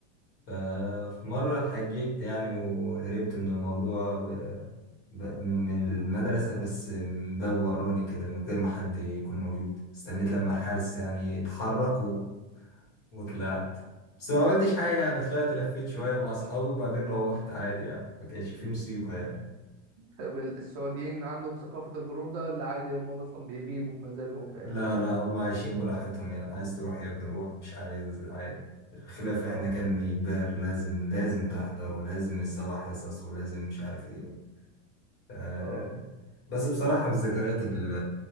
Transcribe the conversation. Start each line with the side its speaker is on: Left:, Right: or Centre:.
Left: ففي مرة اتحججت يعني وهربت من الموضوع ب... ب... من المدرسة بس من باب وراني كده من غير ما حد يكون موجود استنيت لما الحارس يعني اتحرك و... وطلعت بس ما عملتش حاجة يعني طلعت لفيت شوية مع أصحابي وبعدين روحت عادي يعني ما كانش فيه مصيبة يعني
Right: طب السعوديين عندهم ثقافة الهروب ده ولا عادي هم أصلا بيغيبوا بمزاجهم فاهم
Left: لا
Right: ولا
Left: لا هم عايشين براحتهم يعني عايز تروح يا ابني روح مش عايز عادي خلاف
Right: اه
Left: احنا كان إجبار لازم لازم تحضر ولازم السبع حصص ولازم مش عارف ايه آه،
Right: اه
Left: بس بصراحة من الذكريات ال-